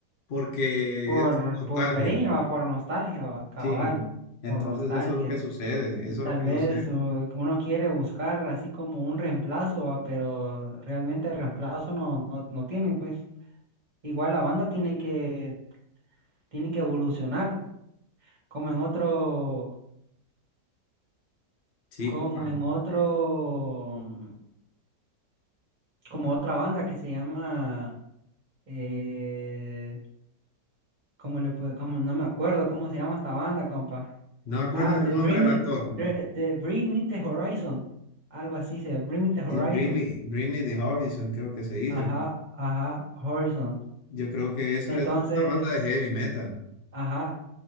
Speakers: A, on the left (about 55°); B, on the right (about 30°).
A: porque
B: Por,
A: es nostalgia.
B: por cariño, va, por nostalgia, va, cabal,
A: Sí, entonces
B: por nostalgia.
A: eso es lo que sucede,
B: Y
A: eso
B: tal
A: es lo que
B: vez
A: sucede.
B: uh, uno quiere buscar así como un reemplazo, va, pero realmente el reemplazo no, no, no tiene, pues. Igual la banda tiene que, tiene que evolucionar, como en otro,
A: Sí,
B: como
A: compa.
B: en otro, como otra banda que se llama. Eh, ¿cómo le puedo, cómo, no me acuerdo cómo se llama esta banda, compa.
A: No me acuerdo
B: Ah,
A: el
B: The
A: nombre
B: Bring
A: del
B: Me,
A: actor, compa.
B: The, The Bring Me The Horizon. Algo así se, Bring Me The Horizon.
A: Sí, Bring Me, Bring Me the Horizon, creo que se dice.
B: Ajá, ajá, Horizon.
A: Yo creo que eso,
B: Entonces,
A: eso es una banda de heavy metal.
B: ajá,